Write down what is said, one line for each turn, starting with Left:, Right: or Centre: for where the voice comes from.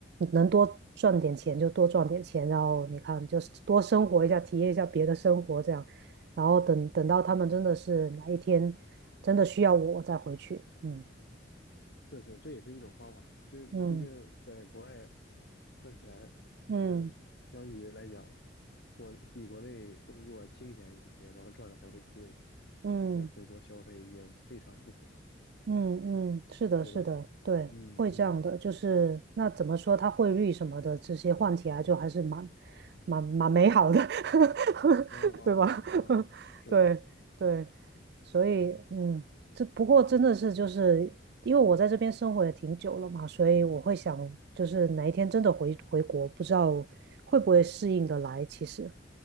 Right: 能多赚点钱就多赚点钱，然后你看就是多生活一下，体验一下别的生活这样，然后等等到他们真的是哪一天真的需要我，我再回去。嗯
Left: 确实，这也是一种方法。就毕竟在国外，
Right: 嗯
Left: 赚钱好像相比来讲，
Right: 嗯
Left: 国比国内工作清闲一些，然后赚的还会多一些，
Right: 嗯。
Left: 然后再回国消费也未尝不可，
Right: 嗯嗯，是的，
Left: 对吧？
Right: 是的，对，
Left: 嗯嗯，
Right: 会这样的，就是那怎么说，它汇率什么的这些换起来就还是蛮蛮蛮美好的，<laughs>
Left: 啊啊啊，
Right: 对吧？<laughs>
Left: 是的，
Right: 对对，所以嗯，这不过真的是就是因为我在这边生活也挺久了嘛，所以我会想，就是哪一天真的回回国，不知道会不会适应的来。其实，